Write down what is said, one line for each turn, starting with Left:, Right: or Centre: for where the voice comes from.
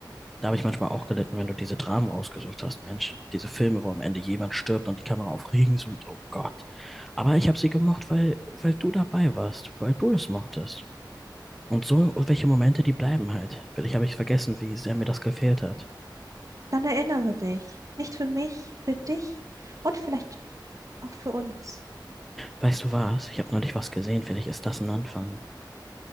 Centre: Da habe ich manchmal auch gelitten, wenn du diese Dramen rausgesucht hast, Mensch. Diese Filme, wo am Ende jemand stirbt und die Kamera auf Regen zoomt. Oh Gott. Aber ich habe sie gemocht, weil, weil du dabei warst, weil du das mochtest. Und so, und welche Momente, die bleiben halt. Vielleicht habe ich vergessen, wie sehr mir das gefehlt hat.
Right: Dann erinnere dich. Nicht für mich, für dich und vielleicht auch für uns.
Centre: Weißt du was? Ich habe neulich was gesehen. Vielleicht ist das ein Anfang.